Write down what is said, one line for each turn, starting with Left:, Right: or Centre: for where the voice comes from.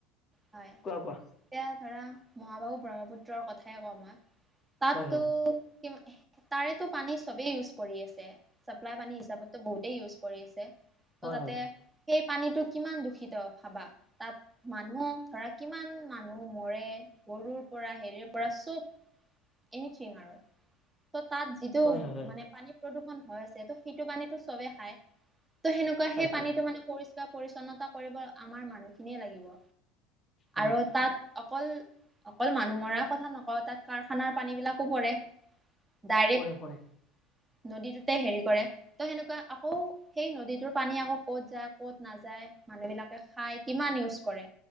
Right: হয়
Left: কোৱা কোৱা।
Right: এতিয়া ধৰা মহাবাহু ব্ৰহ্মপুত্ৰৰ কথাই কওঁ মই, তাতটো
Left: হয় হয়
Right: ও ও ও হে মা এ তাৰেতো পানী চবেই ইউজ কৰি আছে। চাপ্লাই পানী হিচাপততো বহুতেই ইউজ কৰি আছে। ত'
Left: হয়
Right: তাতে সেই পানীটো কিমান দূষিত ভাবা? তাত মানুহ ধৰা কিমান মানুহ মৰে, গৰুৰ পৰা হেৰিৰ পৰা, চব এনিথিং আৰু, ত' তাত যিটো
Left: হয় হয় হয় হয়
Right: মানে পানী প্ৰদূষণ হৈ আছে, ত' সেইটো পানীটো চবেই খাই। ত' সেনেকুৱা
Left: খাই
Right: সেই
Left: খাই
Right: পানীটো মানে পৰিষ্কাৰ পৰিচ্ছন্নতা কৰিব আমাৰ মানুহখিনিয়ে লাগিব।
Left: উম
Right: আৰু তাত অকল অকল মানুহ মৰাৰ কথা নকওঁ, তাত কাৰখানাৰ পানীবিলাকো পৰে। ডাইৰেক্ট
Left: পৰে পৰে
Right: নদীটোতে হেৰি কৰে। ত' সেনেকুৱা আকৌ সেই নদীটোৰ পানী আকৌ ক'ত যায় ক'ত নাযায়, মানুহ বিলাক এয়া খাই, কিমান ইউজ কৰে।